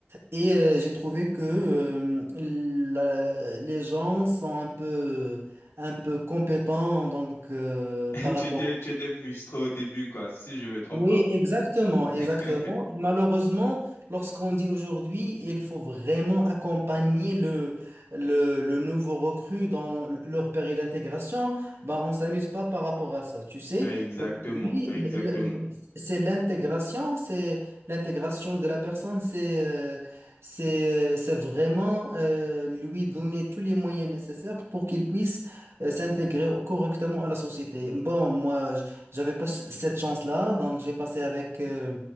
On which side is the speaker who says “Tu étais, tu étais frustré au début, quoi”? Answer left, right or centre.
Left